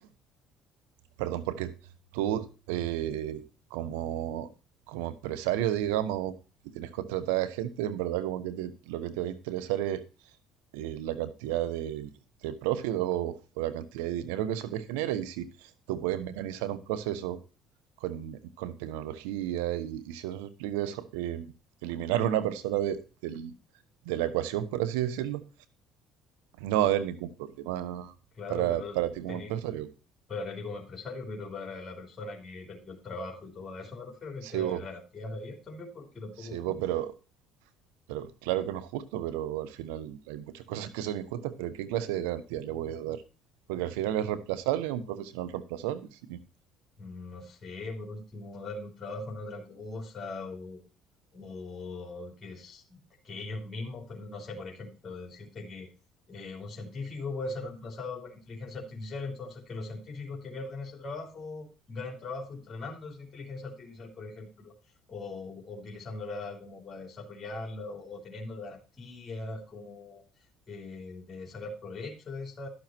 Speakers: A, on the right; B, on the left.
A: Perdón, porque tú, eh, como, como empresario, digamos, que tienes contratada gente, en verdad como que te- lo que te va a interesar es eh, la cantidad de, de profit o, o la cantidad de dinero que eso te genera. Y si tú puedes mecanizar un proceso con, con tecnología y, y si eso implica eso, eh, eliminar a una persona de, del- de la ecuación, por así decirlo, no va a haber ningún problema
B: Claro,
A: para,
B: pero
A: para ti
B: teni-
A: como empresario.
B: para a ti como empresario, pero para la persona que perdió el trabajo y todo, a eso me refiero, que
A: Sí,
B: hay que darle
A: vos,
B: garantías a ellos también, porque tampoco
A: sí,
B: es justo.
A: vos, pero, pero claro que no es justo, pero al final hay muchas cosas que son injustas, pero ¿qué clase de garantía le voy a dar? Porque al final es reemplazable, es un profesional reemplazable, sí.
B: No sé, por último, darle un trabajo en otra cosa o, o que, es- que ellos mismos, pero no sé, por ejemplo, decirte que eh, un científico puede ser reemplazado con inteligencia artificial, entonces que los científicos que pierden ese trabajo ganen trabajo entrenando esa inteligencia artificial, por ejemplo, o, o utilizándola como para desarrollarla o, o teniendo garantías como eh, de sacar provecho de, esa,